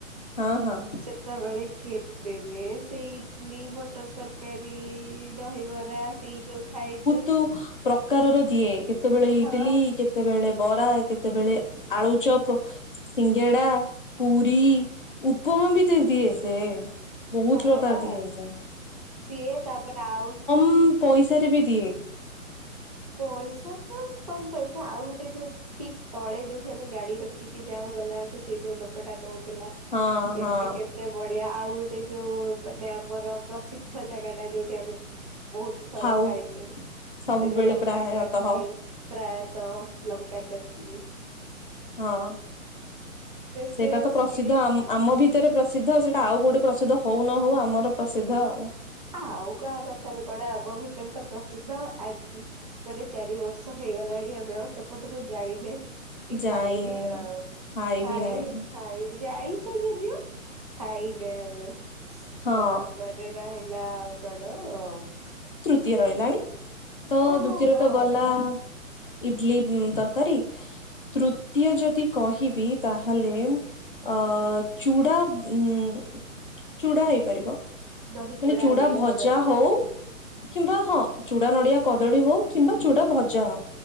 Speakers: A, on the left; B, on the right.
A: ହଁ ହଁ।
B: ସେତେବେଳେ କେ ସେ ଯେ ସେଇ ଇଟଲି ମଟର ତରକାରୀ ଦହିବରା ସେଇ ଯୋଉ ଖାଇ
A: ତୁ ପ୍ରକାରର ଦିଏ। କେତେବେଳେ
B: ହଁ
A: ଇଟିଲି କେତେବେଳେ ବରା କେତେବେଳେ ଆଳୁଚପ ସିଙ୍ଗେଡା ପୁରୀ, ଉପମା ବି ଦେଇଦିଏ ସେ। ବହୁତ
B: ହଁ
A: ପ୍ରକାର
B: ପରା
A: ଦିଏ ସେ
B: ସିଏ ତାପରେ ଆଉ
A: ହୁଁ ପଇସାରେ ବି ଦିଏ।
B: ପଇସା ତ କମ ପଇସା ଆଉ ଗୋଟେ ଯୋଉ ଠିକ ତଳେ ଯୋଉଠି ଆମେ ଗାଡି ରଖିକି ଯାଉ ଗଲାବେଳକୁ ସେ ଯୋଉ ଲୋକଟା ଦଉ ଥିଲା
A: ହଁ
B: ସେ
A: ହଁ
B: ବି କେତେ ବ ଆଉ ଗୋଟେ ଯୋଉ ମାନେ ଆମର ପ୍ରସିଦ୍ଧ ଜାଗା ଟା ଯୋଉଠି ଆମେ ବହୁତ ଥର
A: ଖାଉ
B: ଖାଇଛୁ
A: ସବୁବେଳେ
B: ସେ ଯୋଉ
A: ପ୍ରାୟତଃ
B: ଲଙ୍କା ଚଟଣି
A: ହଁ
B: ପ୍ରାୟତଃ ଲଙ୍କା। ଚଟନି।
A: ହଁ
B: ସେ
A: ସେଇଟା ତ ପ୍ରସିଦ୍ଧ
B: ସେ
A: ଆମ ଭିତରେ ପ୍ରସିଦ୍ଧ ସେଇଟା ଆଉ କୋଉଠି ପ୍ରସିଦ୍ଧ ହଉ ନ ହଉ ଆମର ପ୍ରସିଦ୍ଧ ଆଉ।
B: ଆଉ କାହା କଥାରୁ କଣ ଆମ ଭିତରେ ତ ପ୍ରସିଦ୍ଧ ତ ଆଜି ମାନେ ଚାରି ବର୍ଷ ହେଇଗଲାଣି ଆମେ ଆଉ ସେପଟକୁ ଯାଇନେ। କି
A: ଯାଇନି
B: ଖାଇବି ଗା
A: ଖାଇବି
B: ଖାଇ
A: ନାହିଁ
B: ଖାଇବି ଯାଇଛ ଯଦିଓ ଖାଇନେ ଆମେ।
A: ହଁ
B: ତାପରେ ରହ ହେଲା ଆଉ କଣ? <unintelligible>
A: ତିଅ ରହିଲାଣି। ତ
B: ଓହୋ
A: ଦୁତିୟ ରେ
B: କହ
A: ତ ଗଲା ଇଟଲି ତରକାରୀ ତୃତୀୟ ଯଦି କହିବି ତାହେଲେ ଅ ଚୁଡା ଉଁ ଚୁଡା ହେଇପାରିବ।
B: ଦହିଚୁଡ଼ା
A: ମାନେ ଚୁଡା
B: ନଡ଼ିଆ
A: ଭଜା
B: କଦଳୀ।
A: ହଉ କିମ୍ବା ହଁ ଚୁଡା ନଡିଆ କଦଳୀ ହଉ କିମ୍ବା ଚୁଡା ଭଜା ହଉ